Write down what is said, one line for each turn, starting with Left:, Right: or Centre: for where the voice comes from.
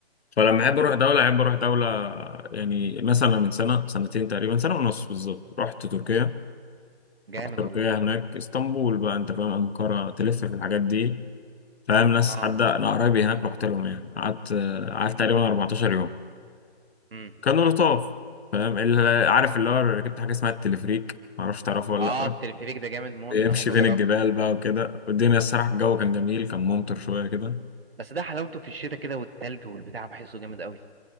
Left: فلما احب اروح دوله احب اروح دوله يعني مثلا من سنه سنتين تقريبا سنه ونص بالظبط رحت تركيا
Right: جامد
Left: رحت تركيا
Right: والله
Left: هناك اسطنبول بقى انت فاهم انقره تلف في الحاجات دي فاهم ناس
Right: اه
Left: حد انا قرايبي هناك رحت لهم يعني قعدت قعدت تقريبا 14 يوم
Right: امم
Left: كانوا لطاف فاهم اللي عارف اللي هو ركبت حاجه اسمها التلفريك معرفش تعرفه ولا
Right: اه
Left: لا
Right: التلفريك ده جامد موت
Left: بيمشي
Right: ده انا هموت واجربه
Left: بين الجبال
Right: ده
Left: بقى وكده والدنيا الصراحه الجو كان جميل كان ممطر شويه كده
Right: بس ده حلاوته في الشتاء كده والتلج والبتاع بحسه جامد قوي